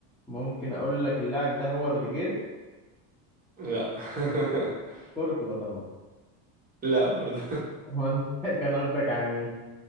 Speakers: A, in the centre; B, on the right.
A: ممكن أقول لك اللاعب ده هو روديجير
B: لا <laughs>
A: كورتوا طبعا
B: لا برضه
A: <laughs> أمال كان قصدك على مين؟